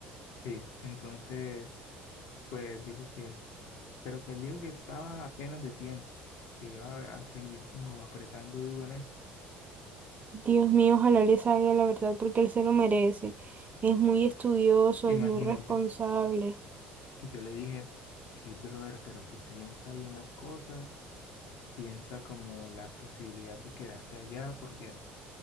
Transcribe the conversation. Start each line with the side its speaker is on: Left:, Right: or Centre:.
Left: Sí, entonces, pues dijo que, pero que él dijo que estaba apenas de tiempo, que iba a seguir como apretando duro en eso.
Right: Dios mío, ojalá le salga la verdad porque él se lo merece. Es muy estudioso,
Left: Imagínate.
Right: es muy responsable.
Left: Y yo le dije, hey, brother, pero tú piensa bien las cosas, piensa como la posibilidad de quedarte allá, porque